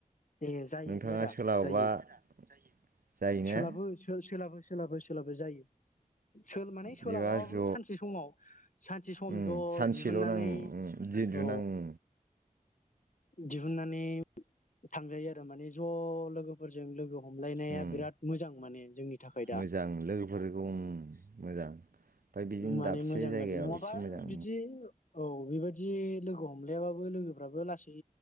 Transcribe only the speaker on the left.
ए जायोलै
आदा
जायो
सोलाबो सो सोलाबो सोलाबो सोलाबो जायो। सोल माने सोलाबाबो
सानसे समाव सानसे समद'
दिहुननानै
औ।
दिहुननानै थांजायो आरो माने ज' लोगोफोरजों लोगो हमलायनाया
बिराद मोजां माने जोंनि थाखाय दा।
माने
मोजां
गारजि नङाबा
बिदि औ बेबायदि लोगो हमलायाबाबो लोगोफ्राबो लासै